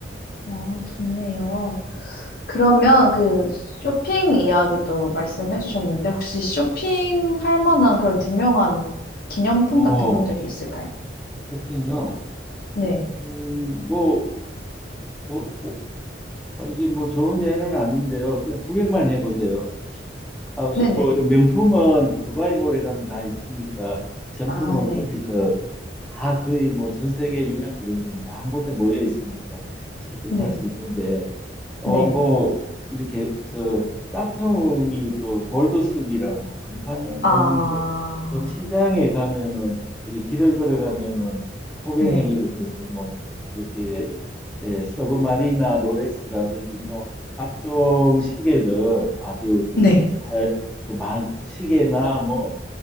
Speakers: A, on the left; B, in the centre.
A: 어, 좋네요. 그러면 그 쇼핑 이야기도 말씀해 주셨는데, 혹시 쇼핑할
B: 음.
A: 만한 그런 유명한 기념품
B: 어,
A: 같은 것들이 있을까요?
B: 쇼핑요.
A: 네.
B: 음, 뭐, 뭐, 뭐, 아, 이게 뭐 좋은 예는 아닌데요. 그냥 구경만 해보세요. 아, 시-
A: 네네.
B: 뭐 이런 명품은 두바이 몰에 가면 다 있으니까 정품은
A: 아, 네.
B: 거기서 다 거의 뭐 전 세계 유명 브랜드는 다 한 곳에 모여 있으니까 쉽게 살
A: 네.
B: 수 있는데 어,
A: 네.
B: 뭐, 이렇게, 저, 짝퉁이 또 골드숙이라고, 금파는, 금,
A: 아,
B: 금시장에 가면은, 이렇게 길을 걸어가면은, 호객행위를
A: 네.
B: 해서 뭐, 이렇게, 예, 서브마리나 롤렉스라든지 뭐, 각종 시계들 아주
A: 네.
B: 잘, 그, 만, 시계나 뭐,